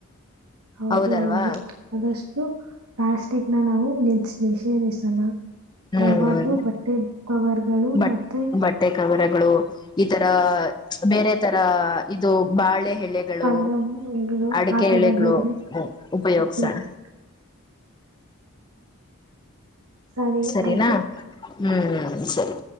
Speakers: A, on the right; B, on the left.
A: ಹೌದು
B: ಹೌದಲ್ವಾ
A: ಹೌದು ಆದಷ್ಟು. ಪ್ಲಾಸ್ಟಿಕ್ನ ನಾವು ನಿದ್ಷ್ ನಿಷೇದಿಸೊಣ.
B: ಹ್ಮ್
A: ಯಾವಾಗ್ಲೂ ಬಟ್ಟೆ ಕವರ್ಗಳು
B: ಬಟ್
A: ಮತ್ತೆ.
B: ಬಟ್ಟೆ ಕವರಗಳು ಈ ತರ ಬೇರೆ ತರ ಇದು ಬಾಳೆ ಹೆ ಎಳೆಗಳು
A: ಅದು
B: ಅಡಿಕೆ
A: ಆ ಥರದನ್ನೇ
B: ಎಳಗಳು ಉಪಯೋಗ್ಸೋಣ.
A: ಉಪಯೋಗಿಸು ಸರಿ
B: ಸರಿನಾ
A: ಆಯ್ತು.
B: ಹ್ಮ್ ಸರಿ.